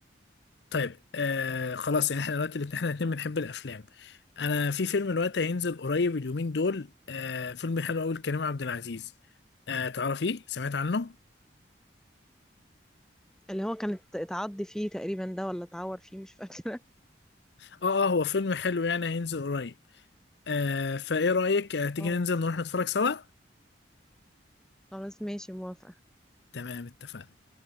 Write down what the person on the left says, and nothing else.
طيب آه خلاص يعني احنا دلوقتي الاتنين- احنا الاتنين بنحب الافلام انا في فيلم دلوقتي هينزل قريب اليومين دول آه فيلم حلو قوي لكريم عبد العزيز آه تعرفيه سمعت عنه
اه اه هو فيلم حلو يعني هينزل قريب آه فايه رأيك آه تيجي
ننزل نروح نتفرج سوا
تمام اتفقنا